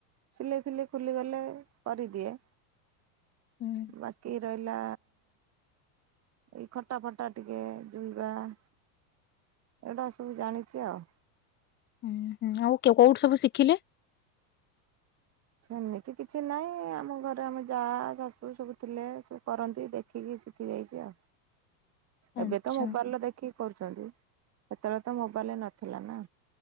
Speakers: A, on the right; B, on the left.
A: ସିଲେଇ ଫିଲେଇ ଖୋଲିଗଲେ କରିଦିଏ।
B: ହୁଁ
A: ବାକି ରହିଲା ଏଇ କଟା ଫଟା ଟିକେ ଚୁଇଁବା ଏଇଡା ସବୁ ଜାଣିଚି ଆଉ।
B: ହୁଁ ହୁଁ ଆଉ କେ କଉଠି ସବୁ ଶିଖିଲେ?
A: ସେମିତି କିଛି ନାଇଁ ଆମ ଘରେ ଆମ ଯାହା ଶାସୁ ସବୁ ଥିଲେ ସବୁ କରନ୍ତି ଦେଖ ଶିଖିକି ଶିଖି ଯାଇଚି ଆଉ।
B: ଆଚ୍ଛା
A: ଏବେ ତ ମୋବାଇଲ ର ଦେଖିକି କରୁଚନ୍ତି ସେତେବେଳେ ତ ମୋବାଇଲ ନଥିଲା ନା।